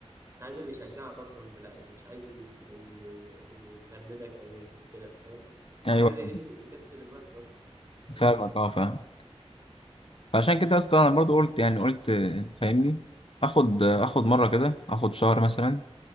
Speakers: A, on the right; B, on the left.
A: انت عايز اللي يشجعك اصلا بلا مش عايز اللي اللي يخمدك او يكسلك فاهم
B: ايوه
A: حاجه زي دي ممكن تكسل الواحد اصلا فاهم
B: فاهمك اه فاهم فعشان كده اصلا انا برضو قلت يعني قلت آه، فاهمني اخد آه، اخد مره كده اخد شهر مثلا